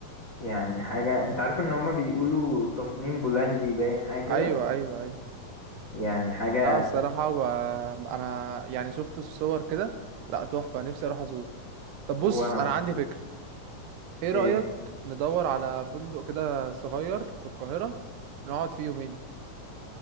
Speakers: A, on the left (about 55°); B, on the right (about 80°).
A: يعني حاجة انت عارف ان هما بيقولوا تصميم بولندي باين حاجة كده
B: ايوه ايوه ايوه
A: يعني حاجة
B: لا الصراحه و... انا يعني شفت الصور كده لا تحفه نفسي اروح ازوره طب بص
A: وانا
B: انا
A: برضه
B: عندي فكره ايه رأيك
A: ايه
B: ندور على فندق كده صغير في القاهرة نقعد فيه يومين